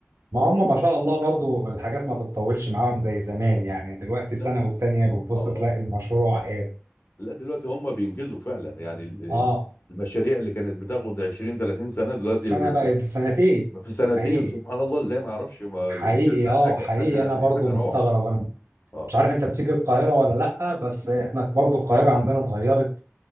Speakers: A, on the right (about 85°); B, on the left (about 50°).
A: ما هم ما شاء الله برضو الحاجات ما بتطولش معاهم زي زمان يعني دلوقتي سنة
B: لا دل...
A: والتانية بتبص
B: اه
A: تلاقي المشروع ايه
B: لا دلوقتي هم بينجزوا فعلا يعني ال- ال-
A: اه
B: المشاريع اللي كانت بتاخد 20 30 سنة دلوقتي
A: سنة بقت
B: في
A: سنتين
B: في سنتين
A: حقيقي
B: سبحان الله زي ما اعرفش ما
A: حقيقي
B: الإنجاز ده
A: اه
B: حاجة
A: حقيقي
B: حاجة
A: انا
B: يعني
A: برضو
B: حاجة روعة
A: مستغرب انا
B: اه
A: مش عارف انت بتيجي القاهرة ولا لأ بس احنا برضو القاهرة عندنا اتغيرت